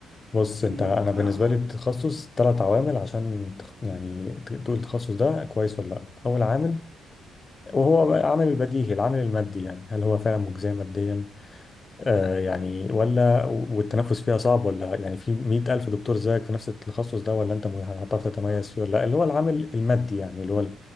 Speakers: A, on the left (about 25°); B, in the centre.
A: بص
B: امم
A: انت انا
B: اه
A: بالنسبه
B: اه
A: لي التخصص ثلاث عوامل عشان تخ- يعني ت- تقول التخصص ده كويس ولا لا اول عامل وهو بقى عامل البديهي العامل المادي يعني هل هو فعلا مجزي ماديا آه، يعني ولا والتنفس فيها صعب ولا يعني في 100 ألف دكتور زيك في نفس التخصص ده ولا أنت م- هتعرف تتميز فيه ولا لا اللي هو العامل المادي يعني اللي هو